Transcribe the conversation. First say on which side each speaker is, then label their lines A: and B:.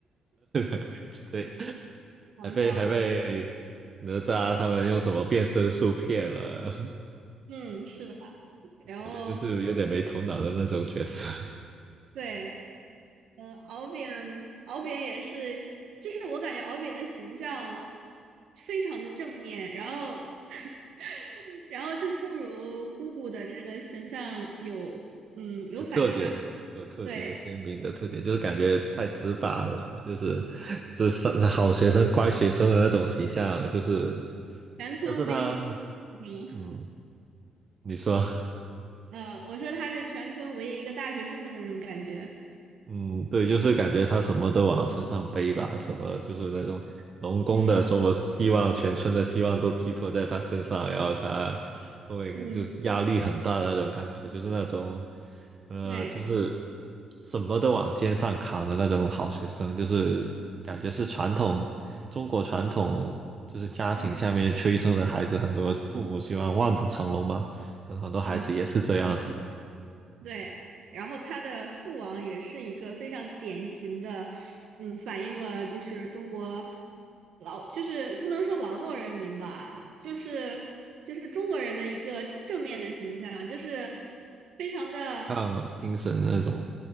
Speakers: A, on the right; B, on the right.
A: <laughs> 对，
B: 好笑的
A: 还被还被哪吒他们用什么变身术骗了。
B: 嗯，是的。然后
A: 感觉就是有点没头脑的那种角色，
B: 对，嗯，敖丙，敖丙也是，就是我感觉敖丙的形象非常的正面，然后 <laughs> 然后就不如姑姑的这个形象有嗯有反差。
A: <laughs> 有特点，有特点，
B: 对，
A: 有鲜明的特点，就是感觉太死板了，就是就是上好学生、乖学生的那种形象，就是，
B: 全村唯一，
A: 但是他，
B: 嗯，
A: 嗯，你说，<laughs>
B: 呃，我说他是全村唯一一个大学生的那种感觉。
A: 嗯，对，就是感觉他什么都往身上背吧，什么就是那种农工的什么希望，
B: 嗯
A: 全村的希望都寄托在他身上，然后他后面就压力很大的那种感觉，
B: 嗯，
A: 就是那种，呃，
B: 对。
A: 就是什么都往肩上扛的那种好学生，就是感觉是传统中国传统就是家庭下面催生的孩子，
B: 嗯
A: 很多父母希望望子成龙嘛，可能很多孩子也是这样子，
B: 嗯，对。然后他的父王也是一个非常典型的，嗯，反映了就是中国劳，就是不能说劳动人民吧，就是就是中国人的一个正面的形象，就是非常的，
A: 像精神那种。